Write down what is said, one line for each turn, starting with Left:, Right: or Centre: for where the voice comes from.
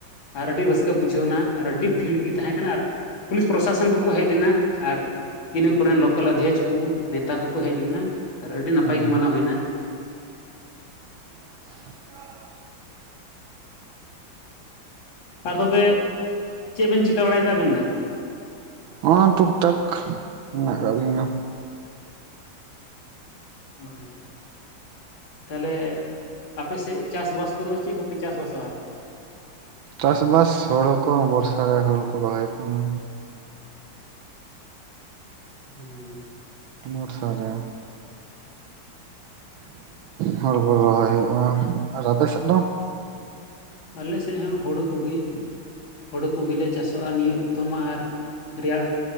Left: ᱟᱨ ᱟᱹᱰᱤ ᱨᱟᱹᱥᱠᱟᱹ ᱵᱩᱡᱷᱟᱹᱣᱱᱟ ᱟᱨ ᱟᱹᱰᱤ ᱵᱷᱤᱲ ᱜᱤ ᱛᱟᱦᱮᱸ ᱠᱟᱱᱟ ᱟᱨ ᱯᱩᱞᱤᱥ ᱯᱨᱚᱥᱟᱥᱚᱱ ᱠᱚᱠᱚ ᱦᱮᱡ ᱞᱮᱱᱟ ᱟᱨ ᱤᱱᱟᱹ ᱠᱚᱨᱮᱱ ᱞᱳᱠᱟᱞ ᱟᱫᱷᱚᱠ ᱠᱚ ᱱᱮᱛᱟ ᱠᱚᱠᱚ ᱦᱮᱡ ᱞᱮᱱᱟ ᱟᱨ ᱟᱹᱰᱤ ᱱᱟᱯᱟᱭ
Right: ᱦᱩᱸ
Left: ᱜᱮ ᱢᱟᱱᱟᱣ ᱦᱩᱭᱱᱟ᱾
Right: <inaudible>
Left: ᱟᱨ ᱛᱚᱵᱮ ᱪᱮᱫ ᱵᱮᱱ ᱪᱤᱠᱟᱹ ᱵᱟᱲᱟᱭᱮᱫᱟ ᱟᱵᱮᱱ ᱫᱚ?
Right: ᱦᱸ ᱴᱩᱠ ᱴᱟᱠ ᱢᱮᱱᱟᱜ ᱠᱟᱜ ᱞᱤᱧᱟ᱾
Left: <unintelligible> ᱛᱟᱦᱚᱞᱮ ᱟᱯᱮ ᱥᱮᱜ ᱪᱟᱥᱵᱟᱥ ᱠᱚᱫᱚ ᱪᱮᱫ ᱠᱚᱯᱮ ᱪᱟᱥ ᱵᱟᱥᱚᱜᱼᱟ?
Right: ᱪᱟᱥᱵᱟᱥ ᱦᱳᱲᱳ ᱠᱚ ᱵᱚᱨᱥᱟ ᱨᱮ ᱦᱳᱬᱳ ᱠᱚ ᱨᱚᱦᱚᱭᱮᱫ ᱠᱟᱱᱟ᱾
Left: <unintelligible>
Right: ᱵᱚᱲᱥᱟ ᱨᱮ ᱦᱚᱲᱳ ᱠᱚ ᱨᱚᱦᱚᱭ ᱦᱩᱭᱩᱜᱼᱟ, ᱟᱨ ᱟᱯᱮ ᱥᱮᱫ ᱫᱚ?
Left: ᱟᱞᱮᱥᱮᱡ ᱦᱚᱸ ᱦᱳᱲᱳ ᱠᱩᱜᱤ ᱦᱳᱲᱩ ᱠᱩᱜᱤ ᱞᱮ ᱪᱟᱥᱚᱜᱼᱟ ᱱᱤᱭᱟᱹ ᱚᱠᱛᱚ ᱢᱟ ᱟᱨ ᱨᱮᱭᱟᱲ